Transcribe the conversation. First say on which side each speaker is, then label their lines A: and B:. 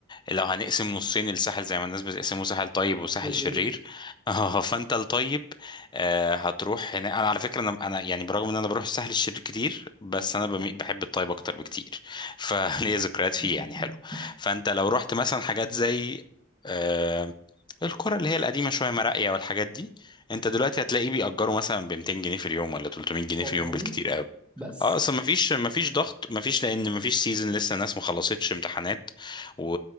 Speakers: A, on the left (about 20°); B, in the centre.
A: لو هنقسم نصين الساحل زي ما الناس بتقسمه ساحل طيب وساحل
B: شرير
A: شرير <laughs> اه فانت الطيب آه، هتروح هنا انا على فكره انا انا يعني برغم ان انا بروح الساحل الشرير كتير بس انا بمي- بحب الطيب اكتر بكتير <laughs> فليا ذكريات فيه
B: <laughs>
A: يعني حلو فانت لو رحت مثلا حاجات زي آه، القرى اللي هي القديمه شويه مراقيه والحاجات دي انت دلوقتي هتلاقيه بيأجروا مثلا ب 200 جنيه في اليوم ولا 300 جنيه
B: والله
A: في اليوم بالكتير قوي
B: بس
A: اه اصل مفيش مفيش ضغط مفيش لان مفيش سيزون لسه الناس ما خلصتش امتحانات و...